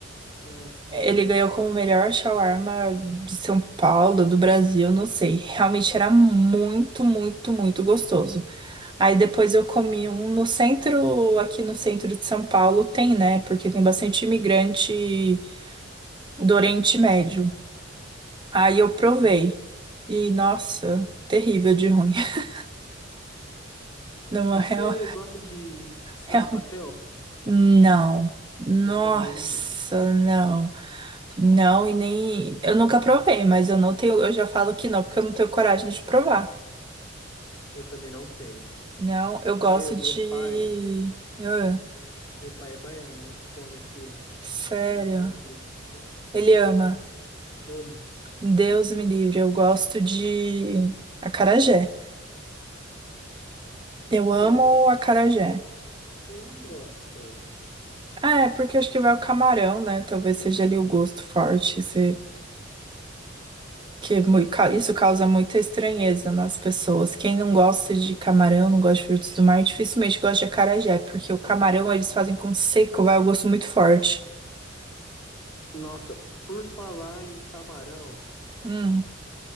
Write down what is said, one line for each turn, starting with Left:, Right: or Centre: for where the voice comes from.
Left: Nossa, que
Right: Ele
Left: legal.
Right: ganhou como o melhor shawarma de São Paulo, do Brasil, não sei. Realmente era muito, muito, muito gostoso. Aí depois eu comi um no centro, aqui no centro de São Paulo tem, né? Porque tem bastante imigrante do Oriente Médio. Aí eu provei.
Left: Uhum.
Right: E, nossa, terrível de ruim. <laughs> Não,
Left: Você
Right: é real,
Left: gosta de sarapatel?
Right: real. Não. Nossa,
Left: Eu também não.
Right: não. Não, e nem. Eu nunca provei, mas eu não tenho. Eu já falo que não, porque eu não tenho coragem de provar.
Left: Eu também não tenho.
Right: Não, eu gosto
Left: Meu, meu
Right: de.
Left: pai,
Right: Ah,
Left: meu pai é baiano, ele come aquilo.
Right: sério.
Left: Que, meu Deus, nossa,
Right: Ele ama.
Left: ama.
Right: Deus me livre. Eu gosto de acarajé. Eu amo
Left: Olha,
Right: acarajé.
Left: eu não gosto tanto.
Right: Ah, é porque acho que vai o camarão, né? Talvez seja ali o gosto forte. Você que é mui- ca- isso causa muita estranheza nas pessoas. Quem não gosta de camarão, não gosta de frutos do mar, dificilmente gosta de acarajé, porque o camarão eles fazem com seco, vai o gosto muito forte.
Left: Nossa, por falar em camarão,
Right: Hum,